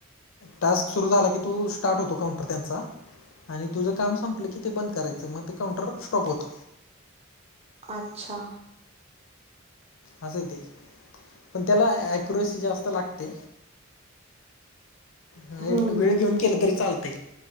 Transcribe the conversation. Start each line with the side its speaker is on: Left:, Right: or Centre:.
Left: टास्क सुरू झाला की तू स्टार्ट होतो काउंटर त्यांचा आणि तुझं काम संपलं की ते बंद करायचं मग ते काउंटर स्टॉप होत
Right: अच्छा
Left: असंय ते. पण त्याला अ‍ॅक्युरसी जास्त लागते.
Right: हम्म
Left: नीट वेळ
Right: हम्म
Left: घेऊन केलं तरी चालतय.